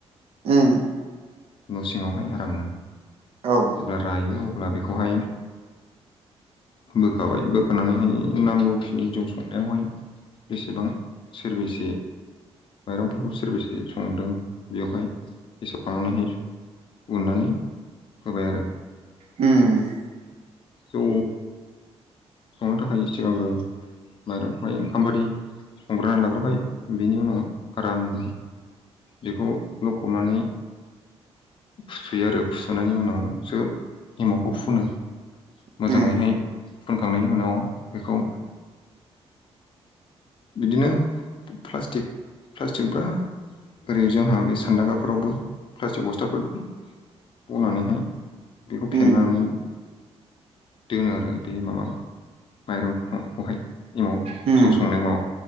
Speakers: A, on the right; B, on the left.
A: उम।
B: न' सिङावहाय आरामनो।
A: औ
B: जेब्ला रायो अब्ला बेखौहाय बोखाबाय बोखानानैहाय नांगौखिनि जौ संनायावहाय बेसेबां सेरबेसे माइरंफोरखौ सोरबसे संदों बेयावहाय हिसाब खालामनानै हाय उननानै होबाय आरो।
A: उम।
B: जौ संनो थाखाय सिगांग्रो माइरंखौहाय ओंखामबादि संग्रोना लाग्रोबाय बेनि उनाव आराम बेखौ लखबनानै फुसुयो आरो फुसुनायनि उनावसो एमावखौ फुनो। मोजाङैहाय
A: उम
B: फुनखांनायनि उनाव बेखौ बिदिनो प्लास्टिक प्लास्टिक ब्रा ओरै जोंहा बे सान्दांगाफोरावबो प्लास्टिक बस्थाफोर बनानैहाय बेखौ
A: उम
B: फेनानै दोनो आरो बे मामा माइरं हं खौहाय एमाव
A: उम
B: जौ संनाय मा हम